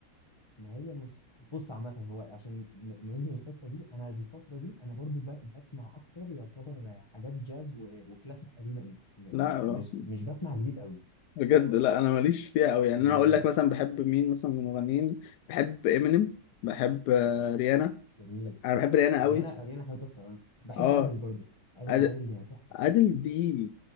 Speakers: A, on the left (about 20°); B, on the left (about 75°).
A: ما هي مص... بص عامه هو عشان ن- ننهي الحته دي انا الفتره دي انا برضو ب... بسمع اكتر يعتبر حاجات جاز و... وكلاسيك قديمه انجلش م...
B: لا
A: م- مش مش بسمع جديد قوي
B: بجد لا انا ماليش فيها قوي يعني
A: والله
B: انا اقول لك مثلا بحب مين مثلا من المغنيين بحب امينيم بحب آه، ريانا
A: جميل
B: انا بحب ريانا قوي
A: اريانا اريانا حاجه تحفه آه. بحب
B: اه
A: ادل برضو ادل
B: أد-
A: ادل جا- تحفه
B: ادل دي